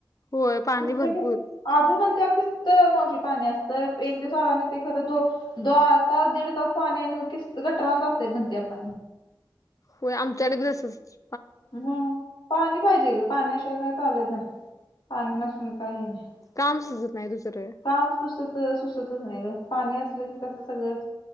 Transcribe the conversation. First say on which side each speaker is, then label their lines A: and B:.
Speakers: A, on the left; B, on the left.
A: होय पाणी
B: किसत
A: भरपूर
B: आजू म्हण ते किस्त मावशी पाणी असतं एक दिवसाआडने ते खरं दो दता दीड तास पाण्यानु सानन कस्त गटारं जातात म्हणत्यात
A: होय आमच्याडे बी अससच
B: ह पाणी पाहिजे ग पाण्याशिवाय काय चालत नाही पाणी नसून काही ये नाही
A: काम सुजत नाही दुसरं
B: काम सुसत सुसतच नाही ग पाणी असलं की कसं सगळं